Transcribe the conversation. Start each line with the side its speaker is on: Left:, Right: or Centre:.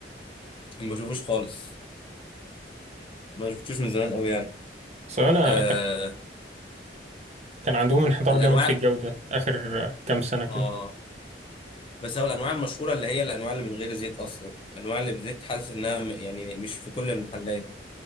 Left: ما بشوفوش خالص ما شفتوش من زمان قوي يعني
Right: بس أنا
Left: آه
Right: ك... كان عندهم انحدار
Left: الانواع
Right: جامد في الجودة آخر كام سنة كده
Left: اه بس هو الانواع المشهوره اللي هي الانواع اللي من غير زيت اصلا الانواع اللي بزيت حاسس انها م- يعني مش في كل المحلات